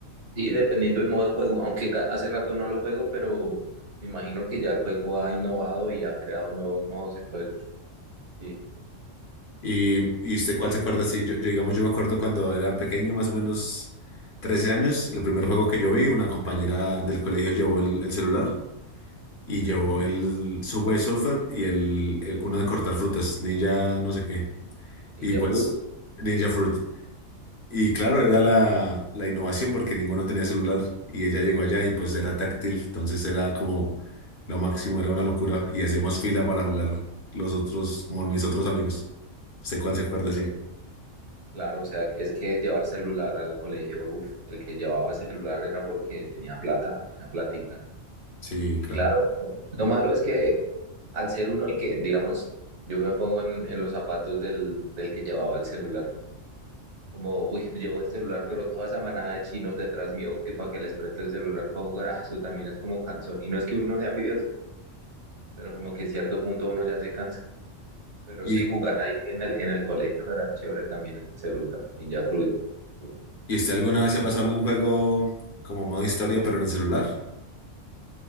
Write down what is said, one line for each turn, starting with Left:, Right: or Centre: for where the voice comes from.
Right: Sí, dependiendo del modo de juego, aunque ca- hace rato no lo juego, pero me imagino que ya el juego ha innovado y ha creado nuevos modos, entonces, sí.
Left: Y, y usted cuál se acuerda, sí, yo, yo, digamos, yo me acuerdo cuando era pequeño, más o menos 13 años, el primer juego que yo vi, una compañera del colegio llevó el, el celular y
Right: Ujú.
Left: llevó el Subway Surfer y el, el- uno de cortar frutas, Ninja no sé qué,
Right: Ninja
Left: y pues
Right: Fruit.
Left: Ninja Fruit. Y claro, era la, la innovación porque ninguno tenía celular y ella llegó allá y pues era táctil, entonces era como lo máximo, era una locura y hacíamos fila para jugar los otros, como mis otros amigos. ¿Sé cuál se acuerda,
Right: pues, Claro, o sea, es que llevar celular al colegio, uf, el que llevaba celular era porque tenía plata, tenía plática.
Left: Sí,
Right: Y
Left: claro.
Right: claro, lo malo es que al ser uno el que, digamos, yo me pongo en, en los zapatos del, del que llevaba el celular. Como, uy, llevo el celular, pero toda esa manada de chinos detrás mío que para que les preste el celular para jugar, ah, eso también es como cansón. Y no es que uno sea envidioso, pero como que en cierto punto uno ya se cansa. Pero
Left: ¿Y,
Right: sí, jugar ahí en el, en el colegio era chévere también en el celular. Ninja Fruit. Uf,
Left: y usted alguna vez se ha pasado algún juego como modo historia, pero en el celular?